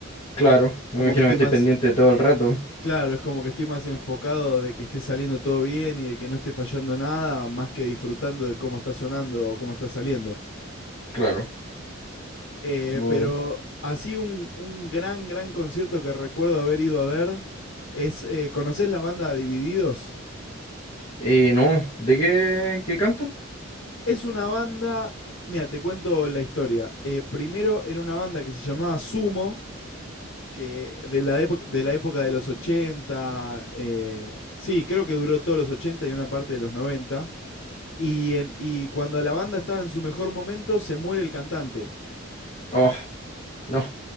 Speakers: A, on the left; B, on the left.
A: claro. Me
B: Como
A: imagino
B: que estoy
A: que estoy
B: más,
A: pendiente todo el rato.
B: claro, es como que estoy más enfocado de que esté saliendo todo bien y de que no esté fallando nada, más que disfrutando de cómo está sonando o cómo está saliendo.
A: Claro.
B: Eh,
A: Wow.
B: pero así un, un gran, gran concierto que recuerdo haber ido a ver es, eh, ¿conocés la banda Divididos?
A: Eh, no, ¿de qué, qué cantan?
B: Es una banda, mira, te cuento la historia. Eh, primero era una banda que se llamaba Sumo, que de la, época- de la época de los 80 eh, sí, creo que duró todos los 80 y una parte de los noventa Y, en- y cuando la banda estaba en su mejor momento, se muere el cantante.
A: Oh, no.